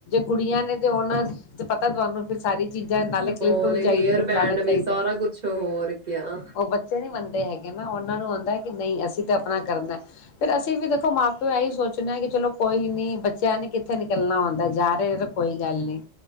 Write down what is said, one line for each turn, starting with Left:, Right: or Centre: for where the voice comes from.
Left: ਕੁੜੀਆਂ ਨੇ ਤੇ ਉਹਨਾਂ ਤੇ ਪਤਾ ਤੁਹਾਨੂੰ ਫਿਰ ਸਾਰੀ ਚੀਜ਼ਾਂ ਨਾਲੇ ਕਲਿੱਪ
Right: ਹੋਰ
Left: ਵੀ
Right: ਹੇਅਰ
Left: ਚਾਹੀਦੇ ਤੇ ਫਲਾਣਾ
Right: ਬੈਂਡ
Left: ਚਾਹੀਦਾ
Right: ਵੀ ਸਾਰਾ ਕੁਛ ਹੋਰ ਕਿਹਾ।
Left: ਉਹ ਬੱਚੇ ਨਹੀਂ ਮੰਨਦੇ ਹੈਗੇ ਉਹਨਾਂ ਨੂੰ ਆਉਂਦਾ ਕਿ ਨਹੀਂ ਅਸੀਂ ਤੇ ਆਪਣਾ ਕਰਨਾ ਫਿਰ ਅਸੀਂ ਵੀ ਦੇਖੋ ਮਾਂ-ਪਿਓ ਇਹੀ ਸੋਚਨਾ ਹੈ ਕਿ ਚਲੋ ਕੋਈ ਨੀ ਬੱਚਿਆਂ ਨੇ ਕਿੱਥੇ ਨਿਕਲਣਾ ਆਉਂਦਾ। ਤੇ ਕੋਈ ਗੱਲ ਨੀ।